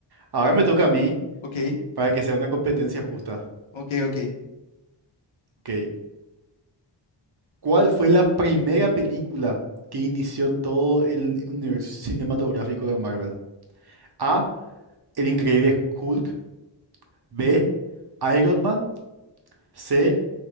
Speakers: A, on the right; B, on the left.
A: ahora me toca a mí
B: ok,
A: para que sea una competencia justa.
B: ok, ok.
A: Ok. ¿Cuál fue la primera película que inició todo el universo cinematográfico de Marvel? A. El increíble Hulk. B. Iron Man. C.